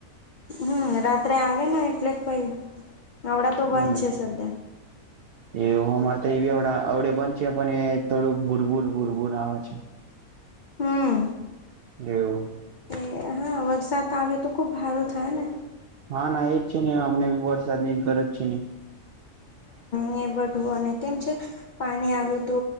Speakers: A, on the left (about 85°); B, on the right (about 80°).
A: હમ રાત્રે આવે ને એટલે કઈ નવડા તો
B: હમ
A: બંધ છે, સધા
B: <unintelligible> એવું અમારે તો એ અડે પણ છે, પણ એ થોડું <inaudible> આવે છે.
A: હમ્મ
B: એવું
A: એ હા વરસાદ આવે તો ખુબ ભારું થાય ને
B: હા, ના એજ છે નને અમને વરસાદ ની ગરજ છે નહી
A: ને બઢવું અને કેમ છે. પાણી આવે તો